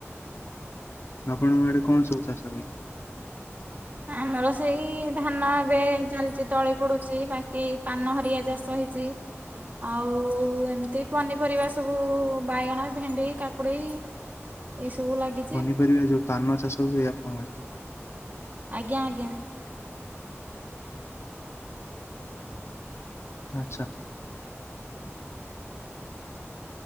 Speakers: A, on the left; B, on the right.
A: ଆପଣଙ୍କ ଆଡେ କଣ ସବୁ ଚାଷ ଭାଇ?
B: ଆମର ସେଇ ଧାନ ଏବେ ଚାଲିଛି ତଳି ପୋଡୁଛି ବାକି ଧାନ ହରିିଆ ଚାଷ ହେଇଛି। ଆଉ ଏମିତି ପନିପରିବା ସବୁ ବାଇଗଣ ଭେଣ୍ଡି କାକୁଡି।
A: <inaudible>
B: ଏଇସବୁ ଲାଗିଚି।
A: ପନିପରିବା ଯୋଉ ପାନ ଚାଷ ହୁଏ ଆପଣଙ୍କ ଆଡେ।
B: ଆଜ୍ଞା ଆଜ୍ଞା।
A: ଆଛା।